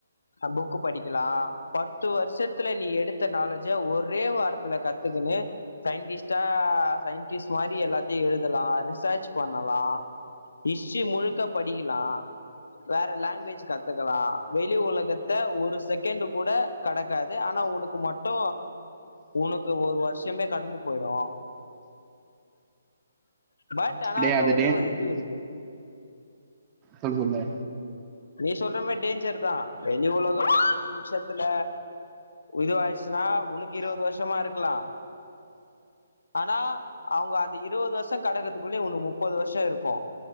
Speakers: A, on the left (about 75°); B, on the right (about 20°).
A: அ புக்கு படிக்கலா பத்து வருஷத்துல நீ எடுத்த நாலேஜே ஒரே வார் த்ல கத்துகினு சயின்டிஸ்ட்டா சயின்டிஸ்ட் மாரி எல்லாத்தையு எழுதலா ரிசர்ச் பண்ணலா ஹிட்ரி முழுக்க படிக்கலா வேற லாங்குவேஜ் கத்துக்கலா வெளி ஒலகத்த ஒரு செகண்டு் கூட கடக்காது ஆனா ஒனுக்கு மட்டு உனக்கு ஒரு வருஷமே கடந்து போயிடு பட் ஆனா
B: டே
A: அதுல
B: அது
A: ஒரே
B: டே
A: ஒரு இதுவு இருக்கு
B: சொல்லுமே
A: நீ சொல்ற மாரி டேஞ்சர் தா வெளி உலகத்துலருந்து நிமிஷத்துல இது ஆய்ச்சினா உனுக்கு இருவது வருஷமா இருக்கலா ஆனா அவுங்க அந்த இருவது வருஷோ கடக்கறதுக்குள்ளயே ஒனுக்கு முப்பது வருஷ இருக்கு